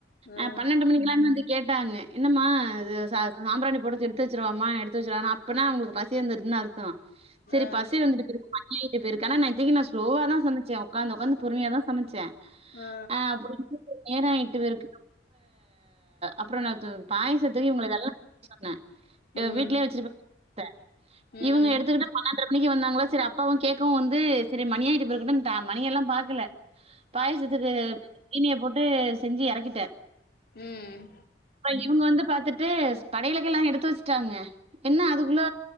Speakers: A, on the left; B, on the right.
A: ஆ
B: அ பன்னெண்டு மணிக்ல்லா வந்து கேட்டாங்க என்னம்மா இது சா சாம்ராணி போடது எத்து வச்சருவாமா எடுத்து வச்சுருவான்னு அப்பனா அவ்ங்ளுக்கு பசி வந்துருசுன் அர்த்தோ செரி
A: ஆ
B: பசி வந்துட்டு <unintelligible> நா இத்தனைக்கு நா ஸ்லோவா தா சமச்சே உக்காந்து உக்காந்து பொறுமையாதா சமச்சே
A: ஆ
B: அ அப்டின்டு நேரோ ஆய்ட்டு வேற இருக்கு அப்புற நா பாயாசத்துக்கு இவ்கள இதெல்லா சொன்னே இப்ப
A: ம்
B: வீட்லயே வச்சிருப்ப ட்ட
A: ம்
B: இவங்க எடுத்துக்கிட்டு பன்னன்ர மணிக்கு வந்தாங்களா சரி அப்பாவு கேட்கவு வந்து சரி மணியாகிட்டு போலஇருக்கன்னு மணிய எல்லா பாக்கல பாயசத்துக்கு சீனிய போட்டு செஞ்சு எறக்கிட்டே
A: ம்
B: ப்ப இவுங்க வந்து பாத்துட்டு படையலுகில்லா எடுத்து வெஷ்ட்டாங்க என்ன அதுக்குள்ள